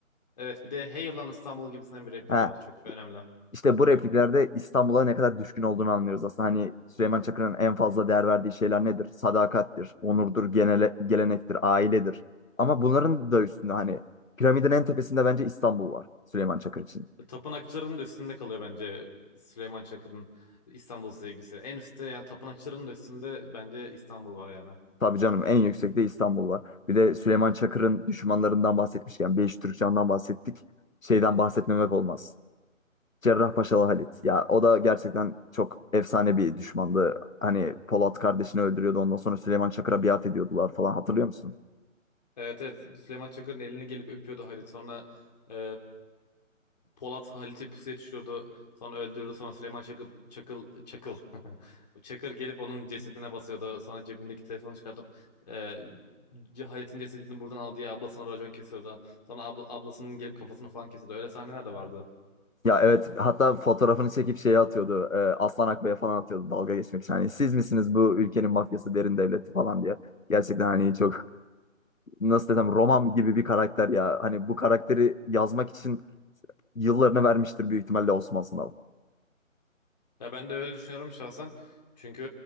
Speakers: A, on the left (about 30°); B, on the left (about 75°).
A: Evet bir de Hey lan İstanbul gibisinden bir repliği
B: He.
A: de var. Çok önemli.
B: İşte bu repliklerde İstanbul'a ne kadar düşkün olduğunu anlıyoruz aslında. Hani Süleyman Çakır'ın en fazla değer verdiği şeyler nedir? Sadakattir, onurdur, genele, gelenektir, ailedir. Ama bunların da üstünde hani piramidin en tepesinde bence İstanbul var Süleyman Çakır için.
A: E, Tapınakçıların da üstünde kalıyor bence Süleyman Çakır'ın İstanbul sevgisi. En üstte yani tapınakçıların da üstünde bence İstanbul var yani.
B: Tabii canım en yüksekte İstanbul var. Bir de Süleyman Çakır'ın düşmanlarından bahsetmişken Beyiş Türkcan'dan bahsettik. Şeyden bahsetmemek olmaz. Cerrahpaşalı Halit. Ya o da gerçekten çok efsane bir düşmandı. Hani Polat kardeşini öldürüyordu ondan sonra Süleyman Çakır'a biat ediyordular falan hatırlıyor musun?
A: Evet evet Süleyman Çakır'ın elini gelip öpüyordu Halit. Sonra e, Polat Halit'i pusuya düşürdü. Sonra öldürdü. Sonra Süleyman Çakıl, Çakıl, Çakıl. <laughs> Çakır gelip onun cesedine basıyordu. Sonra cebindeki telefonu çıkartıp e, C- Halit'in cesedini buradan al diye ablasına racon kesiyordu. Sonra abla- ablasının gelip kafasını falan kesiyordu. Öyle sahneler de vardı.
B: Ya evet hatta fotoğrafını çekip şeye atıyordu. e, Aslan Akbağ'a falan atıyordu dalga geçmek için. Hani siz misiniz bu ülkenin mafyası derin devleti falan diye. Gerçekten hani çok nasıl desem roman gibi bir karakter ya. Hani bu karakteri yazmak için yıllarını vermiştir büyük ihtimalle Osman Sınav.
A: Ya ben de öyle düşünüyorum şahsen. Çünkü